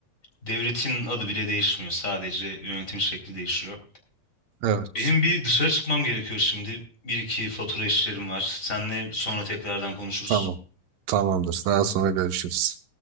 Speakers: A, on the left; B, on the right.
A: devletin adı bile değişmiyor. Sadece yönetim şekli değişiyor.
B: Evet.
A: Benim bir dışarı çıkmam gerekiyor şimdi. Bir iki fatura işlerim var. Senle sonra tekrardan konuşuruz.
B: Tamam. Tamamdır. Daha sonra görüşürüz.